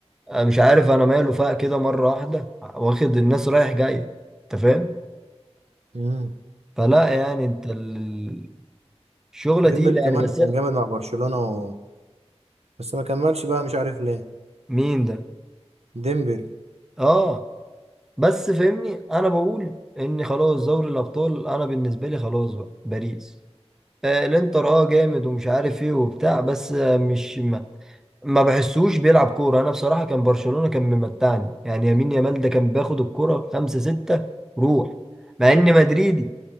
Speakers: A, in the centre; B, on the right.
A: أنا مش عارف انا ماله فاق كده مره واحده واخد الناس رايح جاي انت فاهم
B: مم.
A: فلا يعني انت ال- الشغله
B: ديمبلي
A: تقيله
B: كمان
A: يعني بس
B: كان جامد مع برشلونة و... بس ما كملش بقى مش عارف ليه
A: مين ده
B: ديمبلي
A: اه بس فهمني انا بقول ان خلاص دوري الابطال انا بالنسبه لي خلاص بقى باريس آه الانتر اه جامد ومش عارف ايه وبتاع بس آه، مش ما بحسوش بيلعب كورة أنا بصراحة كان برشلونة كان ممتعني يعني يمين يامال ده كان بياخد الكورة خمسة ستة روح مع إني مدريدي